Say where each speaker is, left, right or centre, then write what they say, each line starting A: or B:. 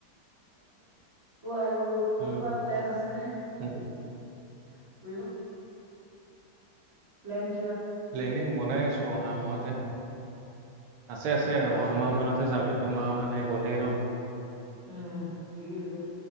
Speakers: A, on the right; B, on the right.
A: ক' আৰু ক'তোবা
B: উম
A: প্লেন আছে ন
B: উম।
A: <unintelligible>
B: প্লেনিং বনাই আছো অহা মাহতহে আছে আছে অহা
A: অ
B: মাহ মানতহে যাম এইটোোমা মানে গ'লেই ন
A: উম সেইিকেই গল